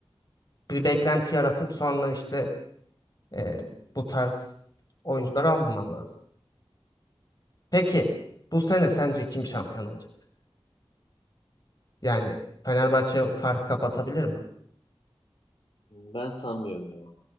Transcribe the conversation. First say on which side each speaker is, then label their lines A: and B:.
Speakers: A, on the left; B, on the left.
A: bir beklenti yaratıp sonra işte e, bu tarz oyuncuları almaman lazım. Peki bu sene sence kim şampiyon olacak? Yani Fenerbahçe farkı kapatabilir mi?
B: Ben sanmıyorum ya.